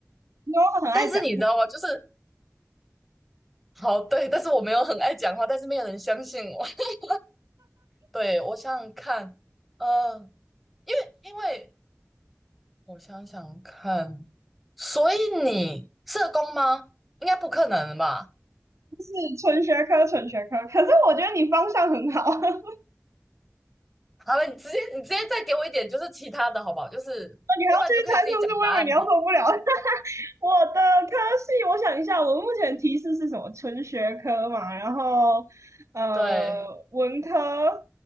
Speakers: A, on the right; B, in the centre.
A: 因为我很爱讲，
B: 但是你知道吗？就是好对，但是我没有很爱讲话，但是没有人相信我。<laughs> 对，我想想看，呃。因为因为我想想看，所以你社工吗？应该不可能吧？
A: 就是纯学科纯学科，可是我觉得你方向很好，<laughs>
B: 好了，你直接你直接再给我一点，就是其他的好不好？就是要不然你就可以自己讲答案好。
A: 你还要继续猜是不是？我以为你要受不了。<laughs> 我的科系，我想一下，我目前提示是什么？纯学科嘛，然后呃文科，
B: 对，